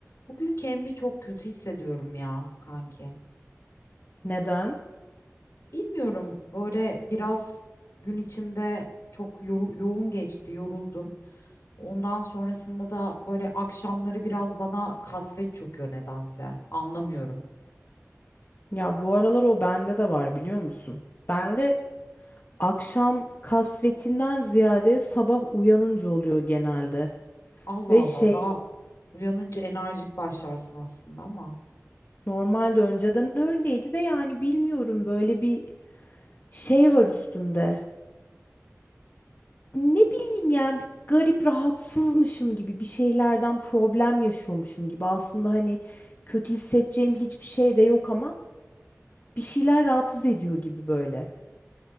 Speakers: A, on the left; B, on the left.
A: Bugün kendimi çok kötü hissediyorum ya kanki.
B: Neden?
A: Bilmiyorum böyle biraz gün içinde çok yoru- yoğun geçti, yoruldum. Ondan sonrasında da böyle akşamları biraz bana kasvet çöküyor nedense. Anlamıyorum.
B: Ya bu aralar o bende de var biliyor musun? Bende akşam kasvetinden ziyade sabah uyanınca oluyor genelde.
A: Allah
B: Ve
A: Allah
B: şey
A: daha uyanınca enerjik başlarsın aslında ama
B: normalde önceden öyleydi de yani bilmiyorum böyle bir şey var üstümde. Ne bileyim yani bir garip rahatsızmışım gibi bir şeylerden problem yaşıyormuşum gibi. Aslında hani kötü hissedeceğim hiçbir şey de yok ama bir şeyler rahatsız ediyor gibi böyle.